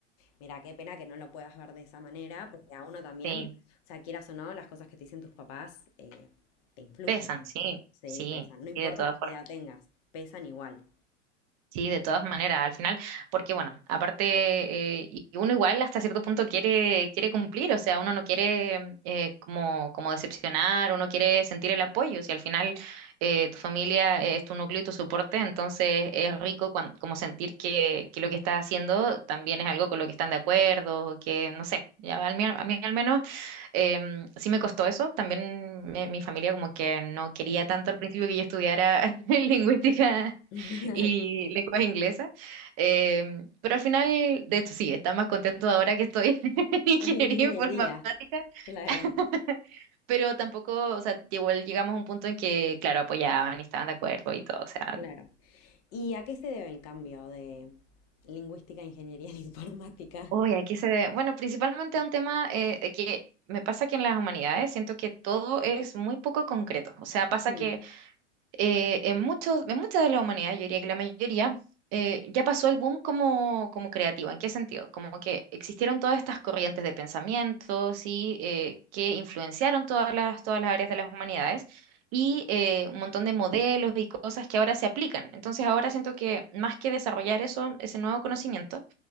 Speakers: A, on the left; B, on the right.
A: Mira, qué pena que no lo puedas ver de esa manera, porque a uno también,
B: Sí,
A: o sea, quieras o no, las cosas que te dicen tus papás eh, te influyen.
B: pesan, sí,
A: Sí,
B: sí,
A: pesan. No importa
B: y de todas formas.
A: qué edad tengas, pesan igual.
B: Sí, de todas maneras, al final, porque bueno, aparte, eh, y y uno igual hasta cierto punto quiere, quiere cumplir, o sea, uno no quiere eh, como, como decepcionar, uno quiere sentir el apoyo, si al final eh, tu familia es tu núcleo y tu soporte, entonces es rico cuan- como sentir que, que lo que estás haciendo también es algo con lo que están de acuerdo, que no sé, ya, a mí, a mí al menos em, sí me costó eso, también eh, mi familia como que no quería
A: Mm.
B: tanto al principio que yo estudiara <laughs> lingüística
A: <laughs>
B: y lenguas inglesas. Em, pero al final, de hecho, sí, está más contento ahora que estoy <laughs> en ingeniería
A: Es de Ingeniería.
B: informática,
A: Claro,
B: <laughs> pero tampoco, o sea, igual llegamos a un punto en que, claro, apoyaban y estaban de acuerdo y todo, o sea,
A: claro. ¿Y a qué se debe el cambio de lingüística a ingeniería <laughs> en informática?
B: uy, aquí se ve, bueno, principalmente a un tema eh, eh, que me pasa que en las humanidades siento que todo es muy poco concreto, o sea, pasa
A: Mm,
B: que eh, en muchos, en mucha de la humanidad, yo diría que la mayoría, eh, ya pasó el boom como, como creativo. ¿En qué sentido? Como que existieron todas estas corrientes de pensamientos y eh, que influenciaron todas las, todas las áreas de las humanidades y eh, un montón de modelos y cosas que ahora se aplican. Entonces ahora siento que más que desarrollar eso, ese nuevo conocimiento,